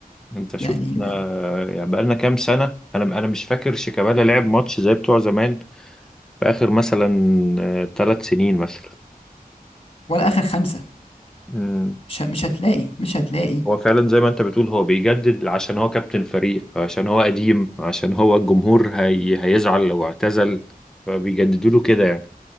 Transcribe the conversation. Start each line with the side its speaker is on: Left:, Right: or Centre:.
Centre: انت شوف
Left: يعني
Centre: احنا يعني بقالنا كام سنه انا انا مش فاكر شيكابالا لعب ماتش زي بتوع زمان في اخر مثلا ثلاث سنين مثلا
Left: ولا اخر خمسه
Centre: مم.
Left: مش ه- مش هتلاقي مش هتلاقي
Centre: هو فعلا زي ما انت بتقول هو بيجدد عشان هو كابتن فريق عشان هو قديم عشان هو الجمهور هي... هيزعل لو اعتزل فبيجددوا له كده يعني